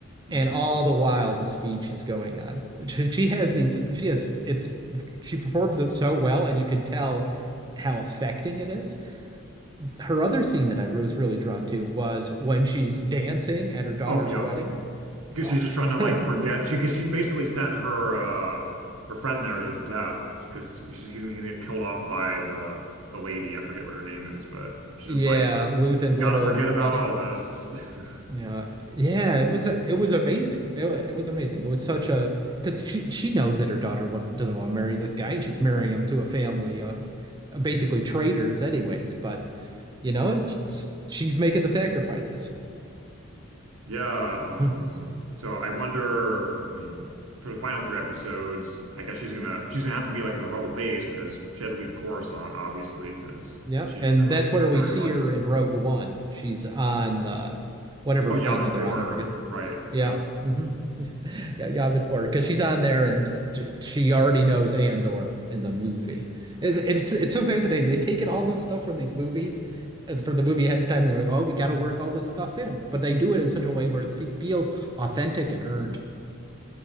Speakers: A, on the right; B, on the right.
A: Hmm.
B: And all the while the speech is going on. <laughs> She has these, she has it's she performs it so well and you can tell how affecting it is her other scene that I was really drawn to was when she's dancing at her daughter's
A: Oh yeah,
B: wedding.
A: Because
B: Oh,
A: she's just trying to
B: <laughs>
A: like forget she because she basically sent her uh her friend there to his death because she's he's gonna get killed off by the the lady. I forget what her name is, but she's
B: yeah,
A: just like
B: Luthen's
A: just gotta
B: little
A: forget
B: buddy.
A: about all this. <laughs>
B: Yeah, yeah, it was it was amazing. It, wa- it was amazing. It was such a because she she knows that her daughter wasn't doesn't want to marry this guy, and she's marrying him to a family of basically traitors, anyways. But you know, it's- she's making the sacrifices. <laughs>
A: Yeah,
B: Mm.
A: um so I wonder, I mean, for the final three episodes, I guess she's gonna she's gonna have to be like at the rebel base because she had to leave Coruscant, obviously, because
B: Yep,
A: she's
B: and
A: uh
B: that's where we
A: very
B: see
A: wanted.
B: her in Rogue One. She's on the whatever
A: Oh,
B: planet
A: Yavin
B: they're
A: 4,
B: on. I forget.
A: right,
B: Yeah.
A: yeah.
B: Mhm. <laughs> Yeah, Yavin 4 because she's on there and j- she already knows Andor in the movie. It's, it's it's so fascinating. They've taken all this stuff from these movies and from the movie ahead of time and they're like, "Oh, we got to work all this stuff in." But they do it in such a way where it se- feels authentic and earned.